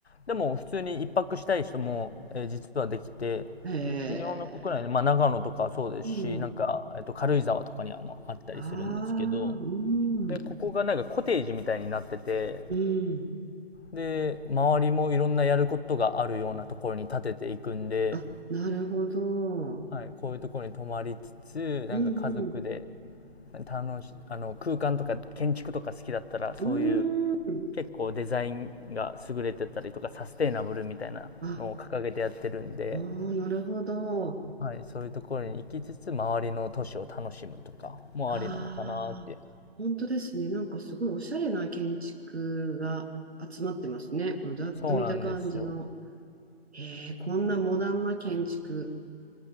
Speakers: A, on the left (about 85°); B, on the right (about 90°).
A: でも普通に一泊したい人も、えー実はできて、
B: へえ。
A: で、日本の国内で、まあ、長野とかそうですし、
B: うん。
A: なんか、えっと、軽井沢とかにはもあったりするんですけど、
B: ああ、うん。
A: で、ここがなんかコテージみたいになってて、
B: うん。
A: で、周りもいろんなやることがあるようなところに建てていくんで、
B: あ、なるほど。
A: はい、こういうところに泊まりつつ、なんか家族で、
B: うん
A: 楽し、あの、空間とか建築とか好きだったら、そういう、
B: うん。うん。
A: 結構デザインが優れてたりとか、サステイナブルみたいなのを掲げてやってるんで、
B: あ、ああ、なるほど。
A: はい、そういうところに行きつつ、周りの都市を楽しむとかもありなのかなって。
B: ああなるほどああ本当ですね。なんかすごいおしゃれな建築が集まってますね。このざっと見た感じの。
A: そうなんですよ。
B: へえ、こんなモダンな建築